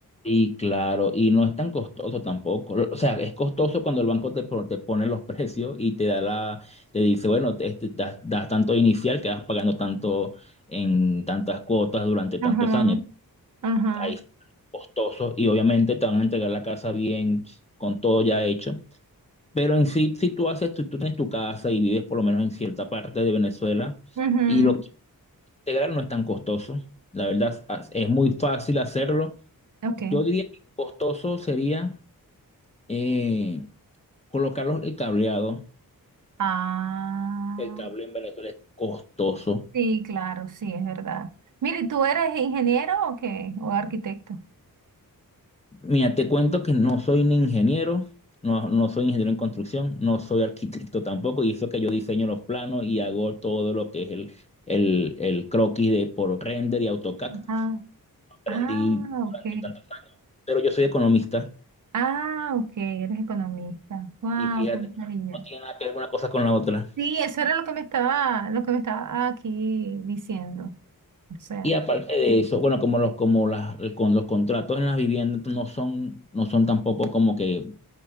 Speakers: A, on the left; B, on the right.
A: Y claro, y no es tan costoso tampoco. O sea, es costoso cuando el banco te, pro- te pone los <laughs> precios y te da la, te dice, bueno, te- este, das, das tanto inicial que vas pagando tanto en tantas cuotas durante
B: Ajá,
A: tantos años.
B: ajá,
A: ahí sí, costoso y obviamente te van a entregar la casa bien, con todo ya hecho. Pero en sí, si tú haces, tú, tú tienes tu casa y vives por lo menos en cierta parte de Venezuela
B: ujú,
A: y lo que integrar no es tan costoso. La verdad, as- es muy fácil hacerlo.
B: Ok.
A: Yo diría que lo costoso sería eh, colocar los- el cableado.
B: Ah.
A: El cable en Venezuela es costoso.
B: Sí, claro, sí, es verdad. Mire, ¿tú eres ingeniero o qué? ¿O arquitecto?
A: Mira, te cuento que no soy un ingeniero, no, no soy ingeniero en construcción, no soy arquitecto tampoco, y eso que yo diseño los planos y hago todo lo que es el, el, el croquis de por render y AutoCAD.
B: Ah,
A: Aprendí
B: ah,
A: durante
B: ok.
A: tantos años, pero yo soy economista
B: Ah, ok, eres economista. Wow,
A: y fíjate,
B: qué maravilla.
A: no tiene nada que ver una cosa con la otra.
B: Sí, eso era lo que me estaba, lo que me estaba aquí diciendo. O sea,
A: Y aparte de eso, bueno, como los, como las, con los contratos en las viviendas no son, no son tampoco como que